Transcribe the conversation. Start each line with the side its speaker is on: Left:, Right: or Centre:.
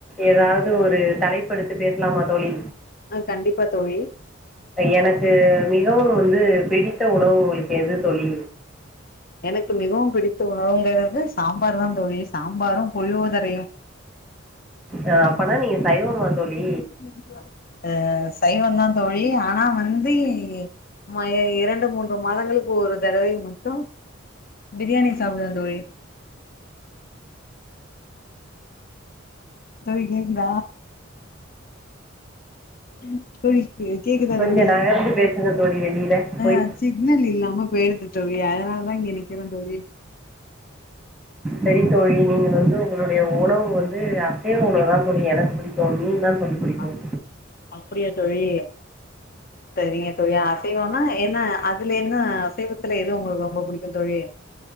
Centre: ஏதாவது ஒரு தலைப்பெடுத்து பேசலாமா தோழி
Left: ஆ கண்டிப்பா தோழி
Centre: எனக் க்கு மிகவும் வந்து பிடித்த உணவு உங்ளுக்கு எது தோழி
Left: எனக்கு மிகவும் பிடித்த உணவுங்கறது சாம்பார் தான் தோழி சாம்பாரும் புளியோதரையும்
Centre: ஆ அப்பனா நீங்க சைவமா
Left: <inaudible>
Centre: தோழி
Left: அ ஹஸ் சைவம் தான் தோழி ஆனா வந்து ம் இரண்டு மூன்று மாதங்களுக்கு ஒரு தடவை மட்டும் பிரியாணி சாப்பிடுவேன் தோழி தோழி கேக்குதா ம் தோழி கேக்குதா
Centre: கொஞ்சம்
Left: தோழி
Centre: நகர்ந்து பேசுங்க தோழி வெளியில் போய்
Left: ஆ சிக்னல் இல்லாம போயிடுது தோழி அதனால தான் இங்க நிக்குறே தோழி
Centre: செரி தோழி நீங்க வந்து உங்ளுடைய உணவு வந் வந்து அசைவ உணவு தான் தோழி எனக்கு புடிக்கூ மீன் தான் தோழி பிடிக்கும்
Left: அப் அப்டியா தோழி செரிங்க தோழி அசைவன்னா என்ன அதுல என்ன அசைவத்துல எது உங்ளுக்கு ரொம்ப புடிக்கூ தோழி